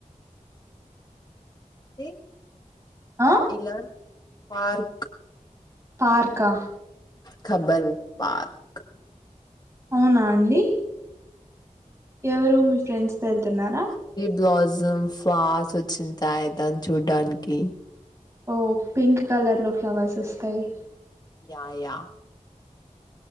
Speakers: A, on the left; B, on the right.
A: ఏ
B: ఆ
A: ఇలా పార్క్.
B: పార్కా.
A: ఖబంద్ పార్క్.
B: అవునా అండి. ఎవరూ మీ ఫ్రెండ్స్ వెళ్తున్నారా.
A: బ్లోసమ్ ఫ్లావర్స వచ్చింది దాన్నీ చూడ్డానికి.
B: ఓ పింక్ కలర్ లో ఫ్లవర్స్ వస్తాయి.
A: యా యా